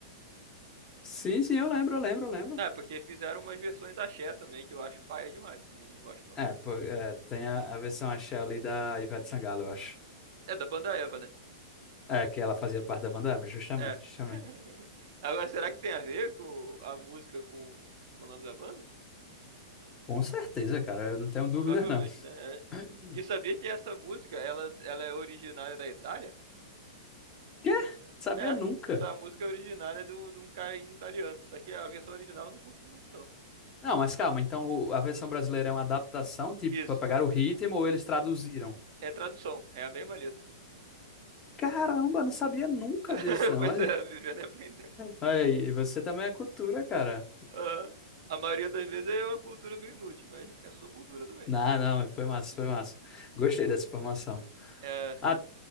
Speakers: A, on the left; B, on the right.
A: Sim, sim, eu lembro, eu lembro, eu lembro.
B: Ah, porque fizeram umas versões da axé também, que eu acho paia demais. Não, não gosto, não.
A: É, pô, é, tem a, a versão axé ali da Ivete Sangalo, eu acho.
B: É da banda Eva, né?
A: É, que ela fazia parte da banda, Eva, justamente,
B: É.
A: justamente.
B: <laughs> Agora, será que tem a ver com a música com, com o nome da banda?
A: Com certeza, cara, eu não tenho dúvida,
B: Provavelmente,
A: não.
B: né? É.
A: <laughs>
B: E sabia que essa música, ela, ela é originária da Itália?
A: Quê? Sabia
B: É.
A: nunca.
B: Essa música é originária de um, de um cara italiano. Só que a versão original eu não curto muito, não.
A: Não, mas calma, então o- a versão brasileira é uma adaptação, tipo,
B: Isso.
A: pra pegar o ritmo ou eles traduziram?
B: É tradução. É a mesma letra.
A: Caramba, não sabia nunca
B: <laughs>
A: disso, não.
B: Pois
A: Olha,
B: é, vivendo e aprendendo.
A: olha aí, você também é cultura, cara.
B: Aham. A maioria das vezes é uma cultura meio inútil, mas é sua cultura também.
A: Não, não, mas foi massa, foi massa. Gostei dessa formação.
B: É,
A: Ah,